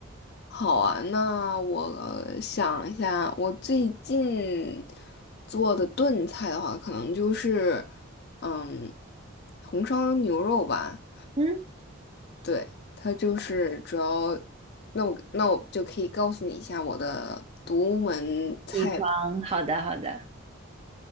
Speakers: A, on the left (about 50°); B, on the right (about 30°).
A: 好啊，那我想一下，我最近做的炖菜的话，可能就是嗯红烧牛肉吧。
B: 嗯，
A: 对，它就是主要，那我那我就可以告诉你一下我的独门菜谱。
B: 地方，好的好的，